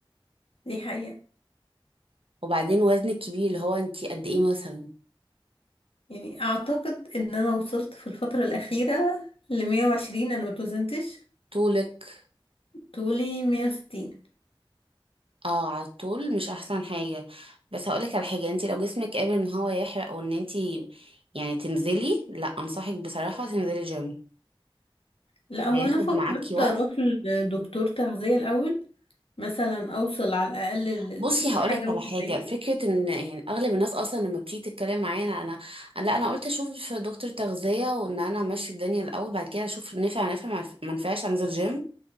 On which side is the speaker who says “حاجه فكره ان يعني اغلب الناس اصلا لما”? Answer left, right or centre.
Right